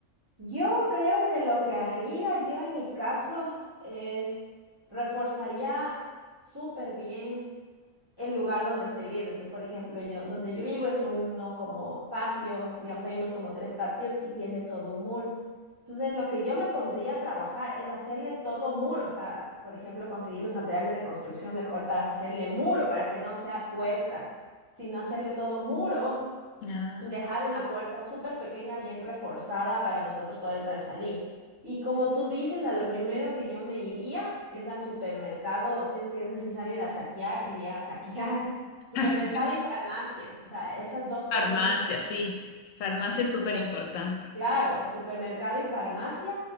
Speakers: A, on the right (about 20°); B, on the left (about 90°).
A: Yo creo que lo que haría yo en mi caso es reforzaría súper bien el lugar donde esté viviendo. Entonces, por ejemplo, yo donde yo vivo es uno como patio, digamos, hay unos como tres patios y tiene todo un muro. Entonces, lo que yo me pondría a trabajar es hacerle todo muro, o sea, por ejemplo, conseguir los materiales de construcción mejor para hacerle muro, para que no sea puerta, sino hacerle todo muro
B: Ah.
A: y dejar una puerta súper pequeña, bien reforzada para nosotros poder entrar y salir. Y como tú dices, a lo primero que yo me iría es al supermercado, si es que es necesario ir a saquear, iría a saquear <laughs> supermercado
B: <laughs>
A: y farmacia. O sea, esas dos cosas
B: Farmacia,
A: me
B: sí.
A: Bien.
B: Farmacia
A: Un
B: es
A: super,
B: súper importante.
A: claro, supermercado y farmacia,